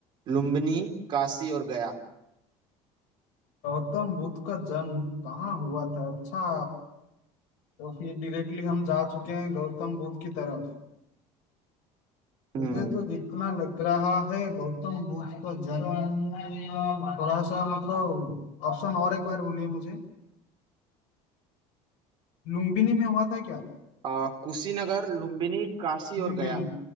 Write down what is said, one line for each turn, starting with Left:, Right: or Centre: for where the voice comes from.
Right: लुम्बिनी काशी और गया
Left: गौतम बुद्ध का जन्म कहाँ हुआ था अच्छा तो फिर डायरेक्टली हम जा चुके हैं गौतम बुद्ध की तरफ मुझे
Right: हम्म
Left: तो जितना लग रहा है गौतम बुद्ध का जन्म थोड़ा सा मतलब ऑप्शन और एक बार बोलिए मुझे लुम्बिनी में हुआ था क्या?
Right: आ, कुशीनगर लुम्बिनी काशी
Left: लुम्बिनी
Right: और गया